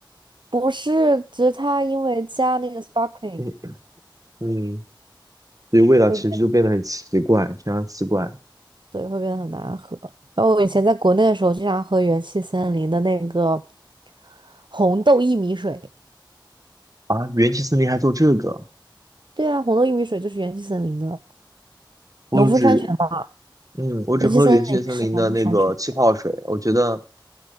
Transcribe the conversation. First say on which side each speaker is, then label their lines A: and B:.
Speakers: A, on the right (about 70°); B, on the right (about 45°).
A: 不是，只是它因为加那个 sparkling
B: 嗯嗯，所以味道其实就变得很奇怪，
A: 会变。
B: 非常奇怪
A: 对，会变得很难喝。然后我以前在国内的时候，经常喝元气森林的那个红豆薏米水。
B: 啊！元气森林还做这个，
A: 对啊，红豆薏米水就是元气森林的
B: 我只
A: 农夫山泉嘛。
B: 嗯，我只喝元气森林的那个气泡水，
A: 元气森林是农夫山泉，
B: 我觉得